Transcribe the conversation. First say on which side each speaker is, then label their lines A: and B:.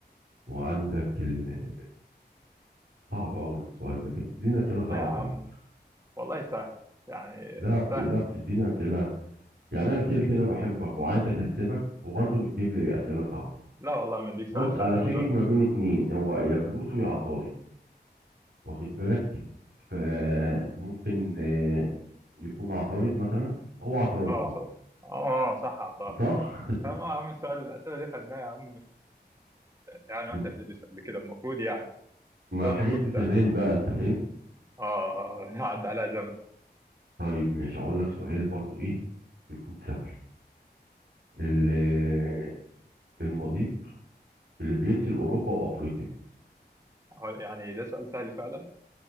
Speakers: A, on the right (about 75°); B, on the right (about 15°).
A: وعندك ال... صعب اول سؤال ده انت بتديني اسئله صعبه
B: لا يا عم
A: على فكره
B: والله سهل يعني
A: لا بت...
B: سهل
A: لا بتديني اسئله يعني انا كده كده بحبك وعايز اكسبك وبرضه بتجيب لي اسئله صعبه
B: لا والله ما اديك سؤال
A: بص
B: سهل
A: انا
B: يعني
A: شاكك ما بين اتنين هو يا بلوتو يا عطارد واخد بالك فممكن آه، يكون عطارد مثلا هو عطارد
B: اه
A: اه
B: صح اه صح عطار
A: صح
B: فما يا عم السؤال الاسئله دي خدناها يا عم يعني
A: <laughs>
B: واحنا بندرس قبل كده المفروض يعني
A: ما
B: السؤال
A: الحاجات
B: المفروض
A: دي
B: سهل
A: زمان بقى انت فاهم
B: اه اه <laughs> عدى عليها زمن
A: طيب ماشي هقول لك سؤال برضو ايه يكون سهل ال- آه، المضيق اللي بيفصل اوروبا وافريقيا
B: هو يعني ده سؤال سهل فعلا